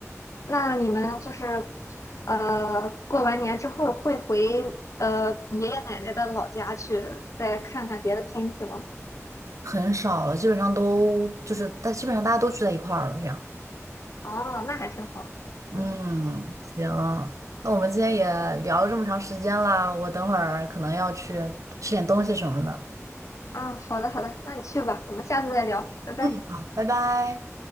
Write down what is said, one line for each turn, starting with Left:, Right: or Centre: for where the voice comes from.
Left: 那你们就是，呃，过完年之后会回呃爷爷奶奶的老家去，再看看别的亲戚吗？
Right: 很少了，基本上都就是大，基本上大家都聚在一块儿了，这样。
Left: 哦，那还挺好的。
Right: 嗯，
Left: 嗯
Right: 行，那我们今天也聊了这么长时间啦，我等会儿可能要去吃点东西什么的。
Left: 嗯，好的好的，那你去吧，我们下次再聊，拜拜。
Right: 嗯，好，拜拜。